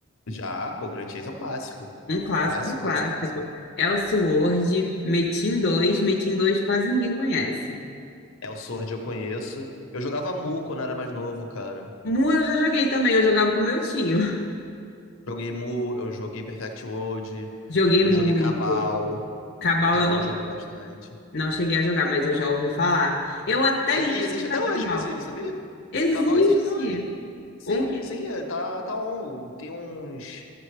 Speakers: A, on the left; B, on the left.
A: Já, pô, Grand Chase é um clássico.
B: Um clássico
A: Clássico,
B: do clássico.
A: clássico, clássico.
B: Elsword, Metin dois, Metin dois quase ninguém conhece.
A: É o Sword eu conheço. Eu jogava Mu quando era mais novo, cara.
B: Mu eu já joguei também, eu jogava com meu tio. <laughs>
A: Joguei Mu, eu joguei Perfect World,
B: Joguei
A: eu
B: muito.
A: joguei Cabal.
B: Cabal
A: Cabal
B: eu não,
A: eu joguei bastante.
B: não cheguei a jogar, mas eu já ouvi falar. Eu até
A: Ele
B: ia
A: existe
B: jogar
A: até hoje,
B: Cabal.
A: inclusive, sabia?
B: Existe
A: Cabal existe até hoje. Sim,
B: um que
A: sim, é, tá, tá on. Tem uns